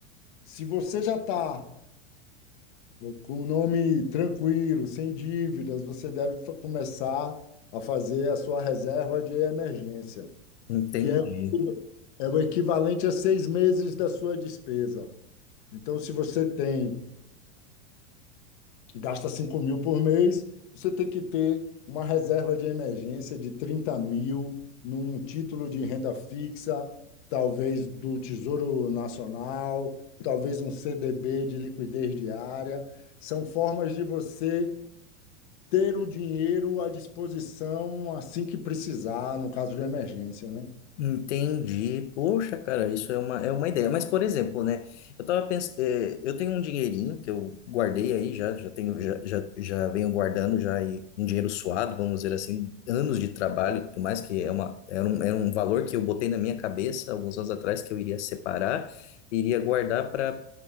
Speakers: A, on the left; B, on the left.
A: Se você já está com um nome tranquilo, sem dívidas, você deve fa- começar a fazer a sua reserva de emergência,
B: entendi.
A: que é, é o equivalente a seis meses da sua despesa. Então, se você tem, gasta 5 mil por mês, você tem que ter uma reserva de emergência de 30 mil num título de renda fixa, talvez do Tesouro Nacional, talvez um CDB de liquidez diária. São formas de você ter o dinheiro à disposição assim que precisar, no caso de emergência, né?
B: Entendi. Poxa, cara, isso é uma, é uma ideia. Mas, por exemplo, né? Eu tava pensando, eu tenho um dinheirinho que eu guardei aí já, já tenho, já, já, já venho guardando já e um dinheiro suado, vamos dizer assim, anos de trabalho e tudo mais, que é uma, era um, era um valor que eu botei na minha cabeça alguns anos atrás que eu iria separar, iria guardar para